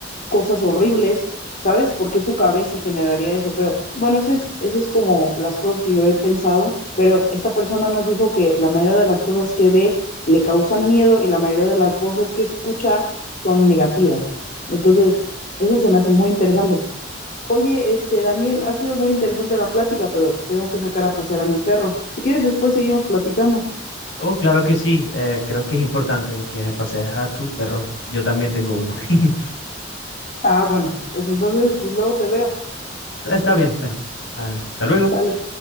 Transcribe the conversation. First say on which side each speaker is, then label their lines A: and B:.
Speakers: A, on the left; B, on the left.
A: cosas horribles? ¿Sabes? ¿Por qué tu cabeza generaría eso? Pero bueno, ese es, ese es como las cosas que yo he pensado, pero esta persona nos dijo que la mayoría de las cosas que ve le causan miedo y la mayoría de las voces que escucha son negativas. Entonces, eso se me hace muy interesante. Oye, este, Daniel, ha sido muy interesante la plática, pero tengo que sacar a pasear a mi perro. Si quieres, después seguimos platicando.
B: Oh, claro que sí. eh, creo que es importante que pasees a tu perro. Yo también tengo uno. <laughs>
A: Ah, bueno, pues entonces, pues luego te veo.
B: Está bien, bueno. ah, Hasta luego.
A: Dale,